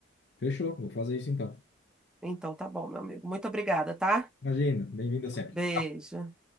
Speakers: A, on the left (about 60°); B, in the centre.
A: Fechou, vou fazer isso então.
B: Então tá bom, meu amigo. Muito obrigada, tá?
A: Imagina, bem-vinda sempre.
B: Beijo.